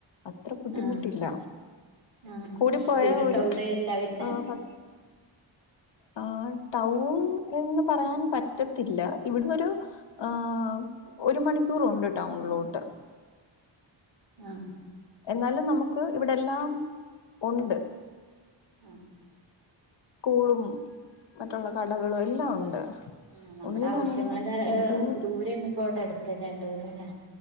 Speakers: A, on the left; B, on the right.
A: അത്ര ബുദ്ധിമുട്ടില്ല
B: ആ ആ
A: കൂടിപ്പോയ
B: വീട്
A: ഒരു
B: ടൗൺ ഏരിയയില വരുന്നേ
A: ആഹ് പത് ആഹ് ടൗൺ എന്ന് പറയാൻ പറ്റത്തില്ല ഇവിടുന്നൊരു ഹാ ഒരു മണിക്കൂറുണ്ട് ടൗണിലോട്ട്
B: ആഹ്
A: എന്നാലും നമുക്ക് ഇവിടെ എല്ലാം ഉണ്ട്
B: ആഹ്
A: കൂളും മറ്റുള്ള കടകളും എല്ലാം ഉണ്ട്
B: ആഹ് നമ്മുടെ
A: ഒന്നിനും
B: ആവശ്യങ്ങള്
A: അങ്ങനെ ബുദ്ധിമുട്ട്
B: ദൂരെ എങ്ങുമ്പോടെ അടുത്തു തന്നെ ഉണ്ട്ന്ന് ല്ലേ